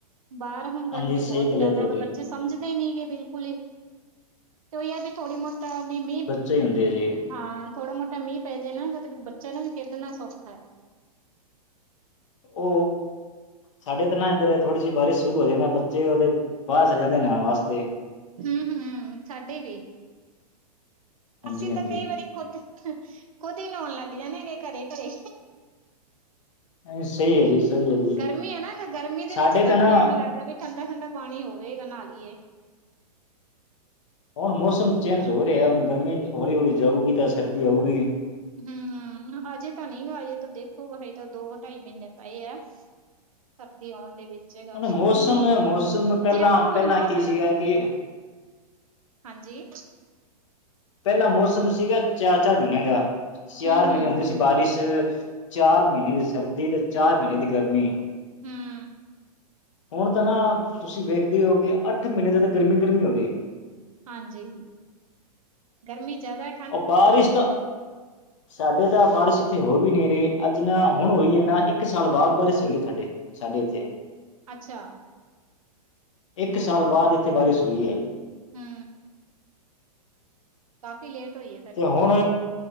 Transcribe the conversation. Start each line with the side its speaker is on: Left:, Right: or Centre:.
Right: ਬਾਰ ਹੁਣ ਗਰਮੀ
Left: ਹਾਂਜੀ ਸਹੀ
Right: ਬੋਤ
Left: ਗੱਲ
Right: ਜਾਦਾ
Left: ਹੈ ਤੁਹਾਡੀ
Right: ਹੈਗਾ ਬੱਚੇ ਸਮਝਦੇ ਨੀ ਗੇ ਬਿਲਕੁਲ, ਤੇ ਓਈ ਐ ਵੀ ਥੋੜ੍ਹੀ ਮੋਤ ਵੀ ਮੀ
Left: ਸਈ ਹੁੰਦੇ ਜੇ।
Right: ਹਾਂ ਥੋੜਾ ਮੋਟਾ ਮੀਂ ਪੈ ਜੇ ਣਾ ਗਾ ਬੱਚਿਆਂ ਨੂੰ ਵੀ ਖੇਡਣਾ ਸੌਖਾ ਐ।
Left: ਓ ਸਾਡੇ ਤਾਂ ਨਾ ਏਧਰ ਥੋੜੀ ਜੀ ਬਾਰਿਸ਼ ਸ਼ੁਰੂ ਹੋ ਜੇ ਨਾ ਬੱਚੇ ਓਦੇ ਬਾਰ ਚਲੇ ਜਾਂਦੇ ਨਾਣ ਵਾਸਤੇ।
Right: ਹੂੰ ਹੂੰ ਸਾਡੇ ਵੀ।
Left: ਹਾਂਜੀ
Right: ਅਸੀਂ
Left: ਹਾਂਜੀ
Right: ਤਾਂ ਕਈ ਵਾਰੀ ਖੁਦ ਖੁਦ ਈ ਨਾਉਣ ਲੱਗ ਜਾਣੇ ਗੇ ਘਰੇ ਘਰੇ।
Left: ਸਹੀ ਹੈ ਜੀ ਸਹੀ ਹੈ ਜੀ
Right: ਗਰਮੀ ਐ ਨਾ ਗਰਮੀ ਦੇ
Left: ਸਾਡੇ
Right: ਵਿੱਚ ਤਾਂ
Left: ਨਾ
Right: ਫੇਰ ਐਵੇਂ ਲੱਗਦਾ ਵੀ। ਥੰਡਾ ਠੰਡਾ ਪਾਣੀ ਹੋਵੇ ਨਾ ਲੀਏ।
Left: ਹੁਣ ਮੌਸਮ ਚੇਂਜ ਹੋ ਰਿਆ, ਹੁਣ ਗਰਮੀ ਹੌਲੀ ਹੌਲੀ ਜਾਊਗੀ ਤਾਂ ਸਰਦੀ ਆਊਗੀ।
Right: ਹੂੰਅ ਅਜੇ ਤਾਂ ਨੀ ਗਾ ਅਜੇ ਤੋਂ ਦੇਖੋ ਅਜੇ ਤੋਂ ਦੋ ਢਾਈ ਮੀਨੇ ਪਏ ਆ, ਸਰਦੀ ਆਉਣ ਦੇ ਵਿੱਚ। ਜੇ ਗਾ,
Left: ਉਹਨੇ
Right: ਹੂੰ
Left: ਮੌਸਮ ਮੌਸਮ ਪਹਿਲਾਂ
Right: ਜੇ ਆਪਾਂ
Left: ਪਹਿਲਾਂ
Right: ਹੁਣ ਮੌਸਮ
Left: ਕੀ ਸੀਗਾ
Right: ਨੂੰ
Left: ਕਿ
Right: ਹਾਂਜੀ
Left: ਪੈਲਾ ਮੌਸਮ ਸੀਗਾ ਚਾਰ-ਚਾਰ ਮੀਨਿਆਂ ਦਾ, ਚਾਰ
Right: ਹੂੰ-ਹੂੰ,
Left: ਮੀਨੇ ਹੁੰਦੀ
Right: ਹੂੰ
Left: ਸੀ ਬਾਰਿਸ਼। ਚਾਰ ਮੀਨੇ ਦੀ ਸਰਦੀ ਤੇ ਚਾਰ ਮੀਨੇ ਦੀ ਗਰਮੀ।
Right: ਹੁੰਅ।
Left: ਹੁਣ ਤਾਂ ਨਾ ਤੁਸੀਂ ਵੇਖਦੇ ਓ ਕੀ ਅੱਠ ਮੀਨੇ ਤੋਂ ਤਾਂ ਗਰਮੀ-ਗਰਮੀ ਹੋ ਗੀ।
Right: ਹਾਂਜੀ, ਗਰਮੀ ਜ਼ਾਦਾ
Left: ਓ ਬਾਰਿਸ਼ ਤਾਂ -
Right: <inaudible>
Left: ਸਾਡੇ ਤਾਂ ਬਾਰਿਸ਼ ਇੱਥੇ ਹੋ ਵੀ ਨੀ ਰਈ, ਅੱਜ ਨਾ ਹੁਣ ਹੋਈ ਏ ਨਾ ਇੱਕ ਸਾਲ ਬਾਦ ਬਾਰਿਸ਼ ਹੈਈ ਏ ਸਾਡੇ। ਸਾਢੇ ਏਥੇ।
Right: ਅੱਛਾ।
Left: ਇੱਕ ਸਾਲ ਬਾਦ ਏਥੇ ਬਾਰਿਸ਼ ਹੋਈ ਏ।
Right: ਹੂੰ ਕਾਫੀ ਲੇਟ ਹੋਈ ਏ।
Left: ਤੇ ਹੁਣ